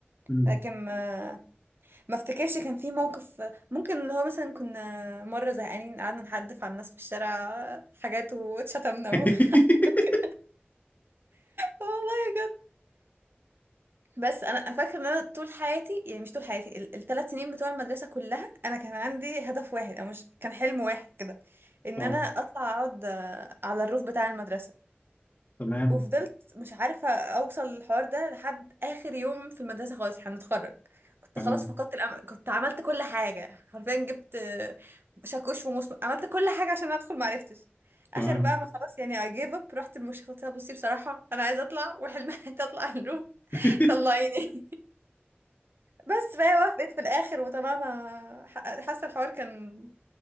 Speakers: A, on the left; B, on the right.
A: مم.
B: لكن ما ما افتكرش كان في موقف ممكن اللي هو مثلا كنا مرة زهقانين قعدنا نحدف على الناس في الشارع حاجات واتشتمنا
A: <laughs>
B: وحاجات كده <laughs> والله بس انا فاكره ان انا طول حياتي يعني مش طول حياتي الثلاث سنين بتوع المدرسه كلها انا كان عندي هدف واحد او مش كان حلم واحد كده ان
A: اه
B: انا اطلع اقعد آه، على الروف بتاع المدرسه
A: تمام
B: وفضلت مش عارفه اوصل للحوار ده لحد اخر يوم في المدرسه خالص احنا هنتخرج كنت
A: تمام
B: خلاص فقدت الامل كنت عملت كل حاجه حرفيا جبت آه، شاكوش ومسمار عملت كل حاجه عشان ادخل ما عرفتش اخر
A: تمام
B: بقى ما خلاص يعني I gave up رحت للمشرفه قلت لها بصي بصراحه انا عايزه اطلع وحلمي <laughs> تطلع الروف
A: <laughs>
B: طلعيني بس فهي وافقت في الاخر وطلعنا ح- حاسه الحوار كان